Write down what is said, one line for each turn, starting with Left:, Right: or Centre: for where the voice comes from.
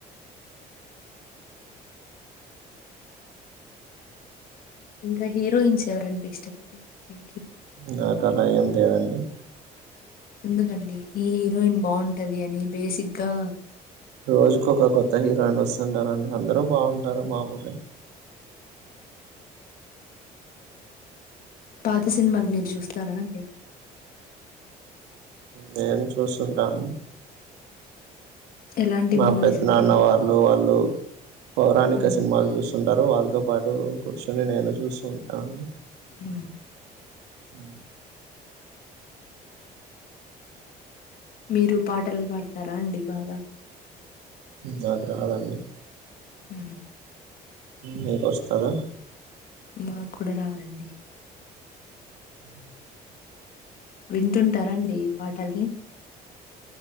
Left: ఇంకా హీరోయిన్స్ ఎవరంటే ఇష్టమ అండిమీకి
Right: నాకు అలా ఏం లేదండి
Left: ఎందుకండి ఈ హీరోయిన్ బాగుంటది అని బేసిక్గా
Right: రోజుకు ఒక కొత్త హీరోయిన్ వస్తుంటారండి అందరుూ బాగుంటారు మా ఉ
Left: పాత సినిమాలు మీరు జూస్తారా అండి
Right: నేను చూస్తుంటా అండి
Left: ఎలాంటి
Right: మా
Left: మూవీస్
Right: పెద్ద
Left: అండి
Right: నాన్న వాళ్ళు వాళ్ళు పౌరాణిక
Left: హ్మ్.
Right: సినిమాలు చూస్తుంటారు వాళ్ళతో పాటు కూర్చొని నేను చూస్తు ఉంటా అండి
Left: ఉ
Right: హు
Left: మీరు పాటలు బాడతారా అండి బాగా
Right: నాకు రాదండి
Left: అ
Right: మీకు వస్తదా
Left: మాకు కూడా రాదండి
Right: అ
Left: వింటుంటార అండి పాటల్ని